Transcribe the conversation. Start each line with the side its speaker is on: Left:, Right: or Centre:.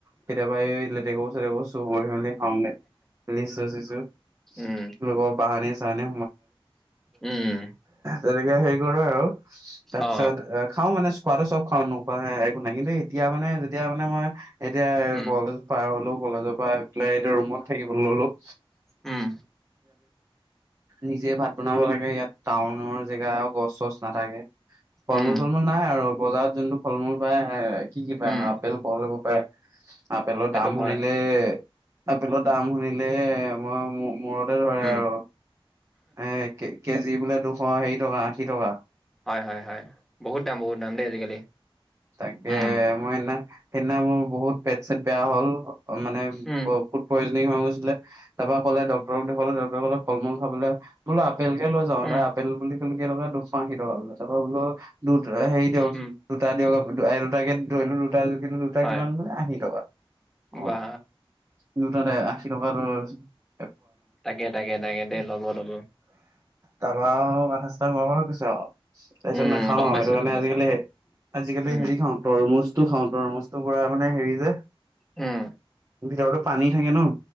Right: কেতিয়াবা এই লেটেকুৰ চেটেক চুৰ কৰি মেলি খাওঁগে লিচু চিছো
Centre: উম
Right: লোকৰ বাহানী চাহানি
Centre: উম
Right: - তাৰপিছত
Centre: অ
Right: খাওঁ মানে খোৱা টো চব খাওঁ নোখুওৱা নাই। নাহিলেই কিন্তু এতিয়া মানে যেতিয়া মানে মই এতিয়া
Centre: উম
Right: কলেজ পাৰ হলো কলেজৰ পৰা- পাই এতিয়া ৰুমত থাকিবলৈ ললো।
Centre: উম
Right: নিজে ভাত বনাব লাগে ইয়াত টাউনৰ জেগা আৰু গছ চছ নাথাকে। ফল
Centre: উম
Right: মূল চল মূল নাই আৰু বজাৰত যোনটো ফল মূল পায় কি কি পায়
Centre: উম
Right: ন আপেল কল ল'ব পাৰে আপেলৰ
Centre: সেইটো
Right: দাম শুনিলে
Centre: হয়
Right: আপেলৰ দাম শুনিলে মই মূৰত ধৰে
Centre: উম
Right: আৰু এ কেজি বোলে দুশ হেৰি টকা আশী টকা।
Centre: হয় হয় হয় বহুত দাম বহুত দাম দেই আজিকালি।
Right: তাকে
Centre: উম
Right: মই সেইদিনা সেইদিনা মোৰ বহুত পেট চেট বেয়া হ'ল। মানে
Centre: উম
Right: ফুড পয়জনিং হৈ গৈছিলে। তাৰপৰা ক'লে ডক্টক দেখুৱলে ড্টৰে ক'লে ফল মূ খাবলৈ বোলো আপেল কে লৈ যাওঁ
Centre: উম
Right: দ আপেল বুলি কেইটকা দুশ আশী টকা বোলে তকা বোলো দু হেৰি দিয়ক
Centre: উম
Right: দুটা দিয়ক। দুট কে ধৰিলো দুটা জুখিলো দুটা
Centre: হয়
Right: কিমান মানে আী টকা অ
Centre: বা
Right: দু আশী টকা দুটাতে
Centre: তাকে তাকে তাকে। দেই ল'ব ল'ব
Right: তাৰপাও মাথা চাথা গৰম হৈ কৈছা তাৰপিছত
Centre: উম
Right: নাখাও
Centre: গম পাইছো
Right: সেইটো কাৰণে
Centre: গম পাইছো
Right: আজিকালি আজিকালি
Centre: উম
Right: হেৰি খাও তৰমুজ খাও ত তৰমুজ টো পৰা হেৰি যে
Centre: উম
Right: ভিতো পানী থাকে ন।